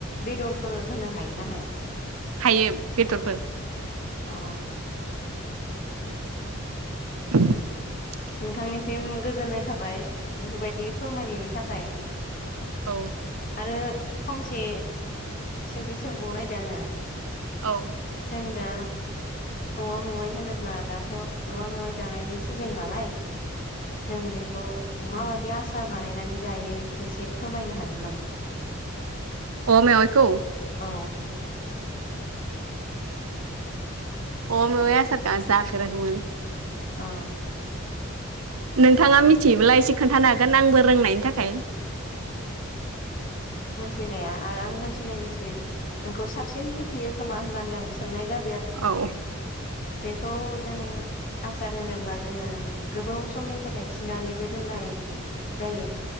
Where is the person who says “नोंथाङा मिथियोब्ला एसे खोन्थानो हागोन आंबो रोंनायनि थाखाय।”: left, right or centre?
Right